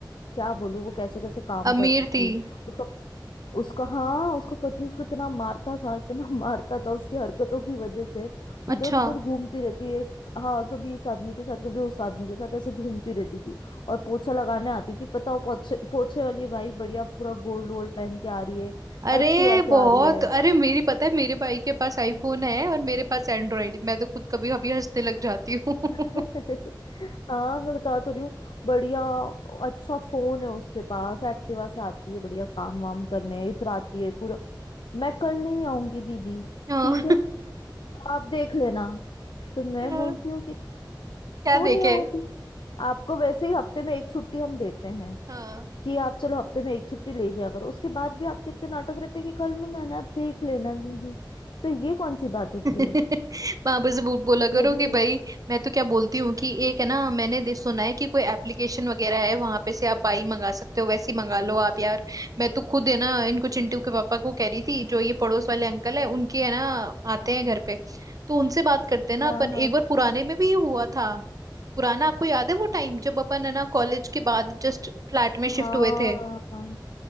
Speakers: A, on the left; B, on the right.
A: क्या बोलूं वो कैसे कैसे काम
B: अमीर
A: करती थी
B: थी
A: उसका उसका हाँ उसका पति उसको इतना मारता था इतना <laughs> मारता था उसकी हरकतों की वजह से
B: अच्छा
A: इधर उधर घूमती रहती है हाँ कभी इस आदमी के साथ कभी उस आदमी के साथ ऐसे घूमती रहती थी और पोछा लगाने आती थी पता वो पोछे पोछे वाली भाई बढ़िया पूरा गोल्ड वोल्ड पहन के आ रही है
B: अरे
A: एक्टिवा से
B: बहुत
A: आ रही है
B: अरे मेरी पता है मेरे भाई के पास आईफोन
A: हम्म।
B: है और मेरे पास एंड्रॉइड मैं तो खुद कभी कभी हंसने लग जाती हूँ
A: <laughs>
B: <laughs>
A: हाँ मैं बता तो रही हूँ बढ़िया अच्छा फोन है उसके पास एक्टिवा से आती है बढ़िया काम वाम करने इतराती है पूरा मैं कल नहीं आऊंगी दीदी
B: हाँ
A: ठीक है आप देख लेना तो मैं
B: हाँ,
A: बोलती हूँ कि क्यों
B: क्या देखे
A: नहीं आऊंगी आपको वैसे ही हफ्ते में एक छुट्टी हम देते हैं
B: हाँ
A: कि आप चलो हफ्ते में एक छुट्टी ले लिया करो उसके बाद भी आपके इतने नाटक रहते हैं कि कल मत आना आप देख लेना दीदी तो ये कौन सी बात होती
B: <laughs>
A: है
B: वहां से बोल- बोला करो
A: मेरी
B: कि
A: तो
B: भाई मैं तो क्या बोलती हूँ कि एक है ना मैंने दे- सुना है कि कोई एप्लीकेशन वगैरह है वहां पे से आप बाई मंगा सकते हो वैसी मंगा लो आप यार मैं तो खुद है ना इनको चिंटू के पापा को कह रही थी जो ये पड़ोस वाले अंकल है उनके है ना आते हैं घर पे तो उनसे बात करते हैं ना
A: हाँ
B: अपन
A: हाँ
B: एक बार पुराने में भी ये हुआ था पुराना आपको याद है वो टाइम जब अपन है ना कॉलेज के बाद जस्ट फ्लैट में शिफ्ट
A: हाँ
B: हुए थे
A: हाँ